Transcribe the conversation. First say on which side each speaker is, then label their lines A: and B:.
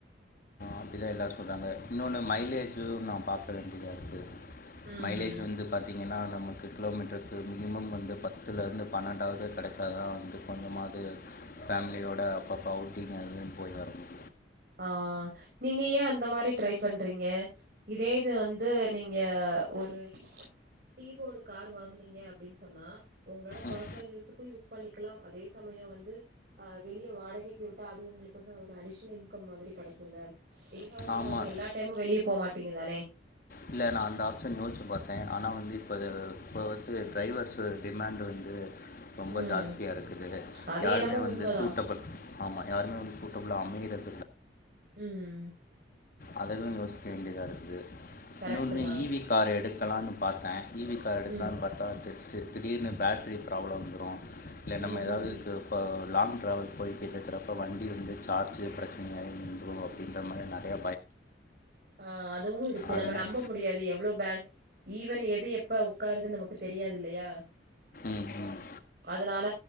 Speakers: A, on the left; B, on the right.
A: அப்டிதா எல்லாரு சொலிறாங்க இன்னொன்று மைலேஜும் நா பாப்பே வேண்டியதா இருக்கு
B: ம்
A: மைலேஜ் வந்து பாாரத்தீங்கன்னா நமக்கு கிலோமீட்டருக்கு மினிமம் வந்து பத்துலருந்து பன்னெண்டாவது கிடைச்சா தா வந்து கொஞ்சமாவது ஃமிலியோட அப்பப்ப அவுட்டிங்கு போய் வர முடியு
B: ஆ நீங்க ஏ அந்த மாரி ட்ரை பண்றீங்க இதே இது வந்து நீங்க ஒரு டீபோர்டு கார் வாங்குனீங்க அப்டின்னு சொன்னா உங்களோட பர்சனல்
A: ம்
B: யூஸுக்கு யூஸ் பண்ணிக்கலா அதே சமயம் வந்து வெளிய வாடகைக்கு விட்ட அது உங்ளுக்கு வந்து ஒரு அடிஷ்னல் இன் கம் மாதுரி கடைக்கும்ல இங்காவும் நீங்க
A: ஆமாம்
B: வந்து எல்லா டைமும் வெளியே போகமாட்டீங்க தானே
A: இல்ல நா அந்த ஆப்ஷன் யோச்சு பாத்தே ஆனா வந் இப்போ வந்து டிரைவர்ஸ் டிமாண்ட் வந்து ரொம்ப
B: ம்
A: ஜாஸ்தியா இருக்குது
B: அது
A: யாருமே
B: என்னமோ
A: வந்து
B: உண்மதா
A: சூட்டபிள் ஆமா யாருமே வந்து சூட்டபிளா அமைகிறது
B: ம்
A: அதவுயோசிக்க வேண்டியதா இருக்குது
B: கரெக்ட்டு
A: இன்னோன்னு
B: தா
A: வி கார் எடுக்கலான் பாத்தே ஈவி கார் எடுக்கலான்னு
B: ம்
A: பாத்தா த திடீர்னு பேட்ரி ப்ராப்ளம் வந்துடு இல்ல நம்ம
B: ம்
A: எதாதுக்கு
B: ம் ம்
A: இப்ப லாங் டிரராாவல் போய் கேட்டு இருக்கிறப்ப வண்டி வந்து சார்ஜு பிரச்சனையாக ந அப்டின்ற மாத்ரி நறைய
B: அ அதுவு இருக்கு
A: அதனால்
B: நம்ம நம்ப முடியாது எவ்ளோ பே ஈவன் எது எப்பா உக்காருதுன் நமக்கு தெரியாது இல்லயா
A: ம் ம்
B: அதனால